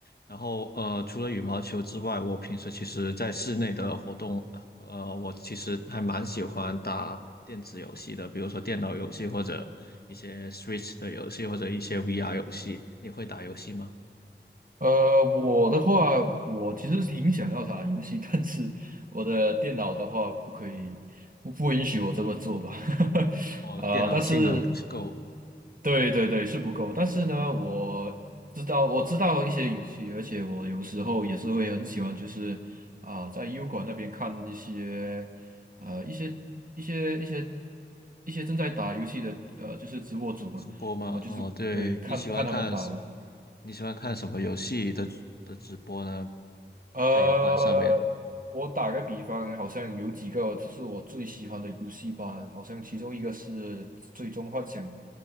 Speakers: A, on the left; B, on the right.
A: 然后呃，除了羽毛球之外，我平时其实在室内的活动，呃，我其实还蛮喜欢打电子游戏的，比如说电脑游戏或者一些 Switch 的游戏或者一些 VR 游戏。你会打游戏吗？
B: 呃，我的话，我其实是挺想要打游戏，<laughs> 但是我的电脑的话不可以，不不允许我这么做吧。<laughs>
A: 哦，
B: 呃，
A: 电脑性能不够，
B: 但是对对对是不够，但是呢，我知道我知道一些游戏，而且我有时候也是会很喜欢，就是啊、在优管那边看一些呃一些一些一些一些正在打游戏的呃就是直播主嘛，
A: 直播吗？
B: 然后就是对看看他们打吧。
A: 哦，对，你喜欢看什，你喜欢看什么游戏的的直播呢？
B: 呃，
A: 在油管上面。
B: 我打个比方，好像有几个就是我最喜欢的游戏吧，好像其中一个是《最终幻想》，